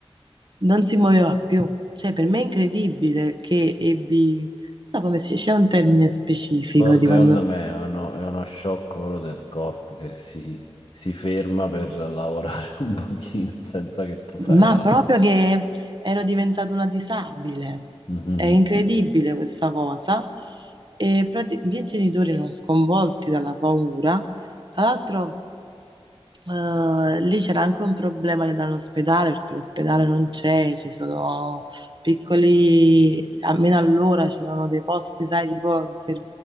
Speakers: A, on the right; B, on the left.
A: non si muoveva più. Cioè, per me è incredibile che ebbi, non so come si, c'è un termine specifico
B: boh,
A: di
B: secondo
A: quando,
B: me è uno, è uno shock proprio del corpo che si, si ferma per lavorare <laughs> un pochino senza che tu fai
A: ma
B: altro.
A: proprio che ero diventata una disabile.
B: <laughs> Mhm.
A: È incredibile questa cosa. E prati- i miei genitori erano sconvolti dalla paura. Tra l'altro. Eh, lì c'era anche un problema di andare all'ospedale perché l'ospedale non c'è, ci sono piccoli, almeno allora c'erano dei posti, sai, tipo per